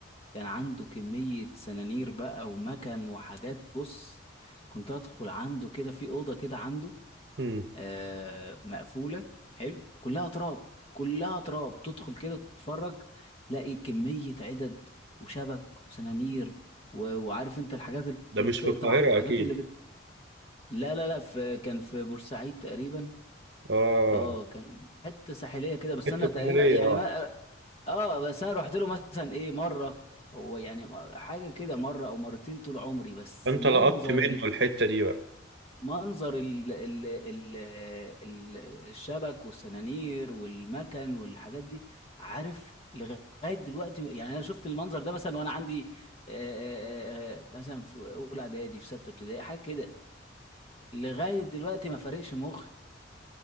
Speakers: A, on the left (about 30°); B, on the right (about 60°).
A: كان عنده كميه سنانير بقى ومكن وحاجات بص كنت ادخل عنده كده في اوضه كده عنده
B: مم.
A: آه، مقفوله حلو كلها تراب كلها تراب تدخل كده تتفرج تلاقي كميه عدد وشبك وسنانير و- وعارف انت الحاجات اللي
B: ده مش
A: بتقطع
B: في القاهره
A: وحاجات
B: اكيد
A: اللي بت... لا لا لا في كان في بورسعيد تقريبا
B: اه
A: اه كان في حته ساحليه كده بس
B: حته
A: انا تقريبا
B: ساحليه
A: يعني
B: اه
A: ما اه بس انا رحت له مثلا ايه مره هو يعني حاجه كده مره او مرتين طول عمري بس
B: انت
A: منظر
B: لقطت منه الحته دي بقى
A: منظر ال ال ال ال الشبك والسنانير والمكن والحاجات دي عارف لغاية دلوقتي يعني أنا شفت المنظر ده مثلا وأنا عندي آه، آه، آه، مثلا في أولى إعدادي في ستة ابتدائي حاجة كده لغاية دلوقتي ما فارقش مخي